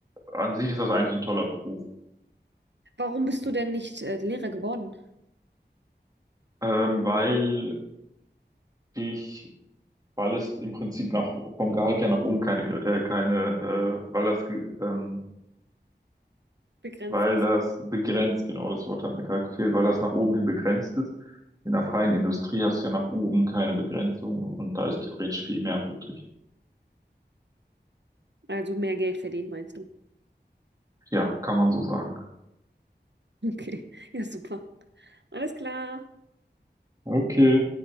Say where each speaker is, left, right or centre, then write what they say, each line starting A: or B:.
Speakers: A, on the right; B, on the right.
A: an sich ist das eigentlich ein toller Beruf,
B: Warum bist du denn nicht äh, Lehrer geworden?
A: ähm, weil ich, weil es im Prinzip nach, vom Gehalt her nach oben keine, Gr- äh, keine, äh, weil das, ge- ähm,
B: Begrenztes.
A: weil das begrenzt, genau das Wort hat mir gerade gefehlt, weil das nach oben hin begrenzt ist. In der freien Industrie hast du ja nach oben keine Begrenzung und da ist theoretisch viel mehr möglich.
B: Also mehr Geld verdienen, meinst du?
A: Ja, kann man so sagen.
B: <laughs> Okay, ja, super. Alles klar.
A: Okay.